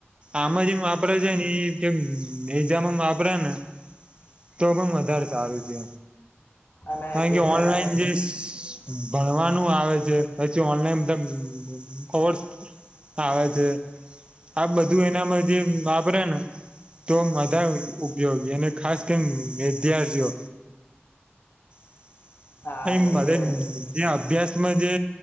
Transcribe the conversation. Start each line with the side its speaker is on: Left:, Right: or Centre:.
Right: આમાં જેમ વાપરા છે ને એ કેમં મેં જામા વાપરા ને તો પણ વધારે સારું છે.
Left: અને
Right: કારણ
Left: જે
Right: કે
Left: પેલા
Right: ઓનલાઈન જે ભણવાનું આવે છે પછી ઓનલાઈન ધા કોર્સ આવે છે આ બધું એનામાં જે વાપરે ને તો બધા ઉપયોગી અને ખાસ કેમ વિદ્યાર્થીઓ. <unintelligible>
Left: હા એ છે
Right: ભ્યાસમાં જે